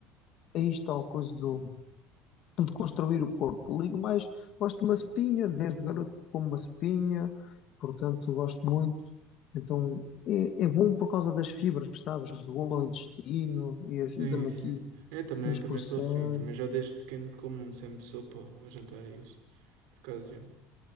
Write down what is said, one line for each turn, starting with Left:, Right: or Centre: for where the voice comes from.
Left: aí está a coisa do, de construir o corpo. Ligo mais, gosto de uma espinha, desde garoto como uma espinha, portanto gosto muito. Então é, é bom por causa das fibras, sabes? Regula o intestino e ajuda-me
Right: Sim, sim.
Left: aqui
Right: sim. É, também,
Left: nos
Right: também
Left: processos.
Right: sou assim, também já desde pequeno como sempre sopa ao jantar e isso. Por acaso, já,